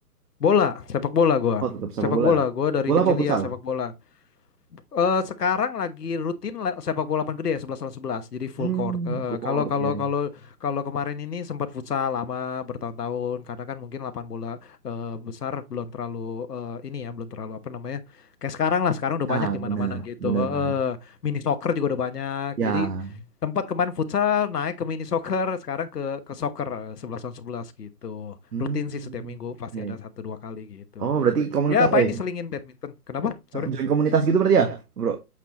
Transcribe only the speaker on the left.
Bola, sepak bola gua.
Sepak
bola, gua dari
kecil
iya sepak bola. Eh, sekarang lagi rutin la- sepak bola lapangan gede ya 11 lawan 11 jadi full
court. Eh,
eh, kalau
kalau
kalau
kalau kemarin ini sempat futsal lama bertahun-tahun karena kan mungkin lapangan bola eh, besar belum terlalu eh, ini ya belum terlalu apa namanya kayak sekarang lah sekarang udah banyak
di mana-mana
gitu.
Eh,
eh, mini soccer juga udah banyak.
Jadi tempat kemarin futsal naik ke mini soccer sekarang ke ke soccer eh, 11 lawan 11 gitu.
Rutin sih setiap minggu pasti
ada
satu dua kali gitu.
Ya paling
diselingin badminton. Kenapa? Sorry.